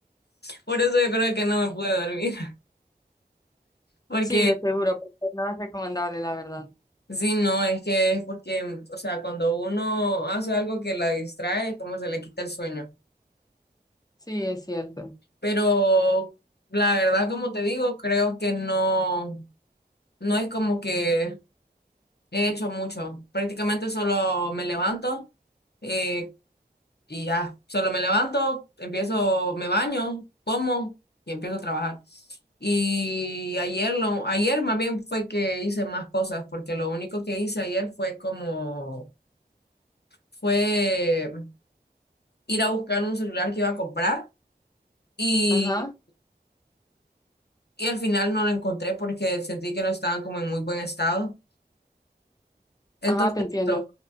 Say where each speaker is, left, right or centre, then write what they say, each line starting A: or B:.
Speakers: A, on the left (about 75°); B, on the left (about 20°).
A: Por eso yo creo que no me pude dormir. <laughs> Porque,
B: Sí, de seguro, porque no es recomendable, la verdad.
A: sí, no, es que es porque, o sea, cuando uno hace algo que la distrae, como se le quita el sueño.
B: Sí, es cierto.
A: Pero la verdad, como te digo, creo que no, no es como que he hecho mucho. Prácticamente solo me levanto. eh, y ya, solo me levanto, empiezo, me baño, como y empiezo a trabajar. Y ayer, lo, ayer más bien fue que hice más cosas, porque lo único que hice ayer fue como, fue ir a buscar un celular que iba a comprar y,
B: Ajá,
A: y al final no lo encontré porque sentí que no estaban como en muy buen estado. Entonces,
B: ajá, te entiendo.
A: eso,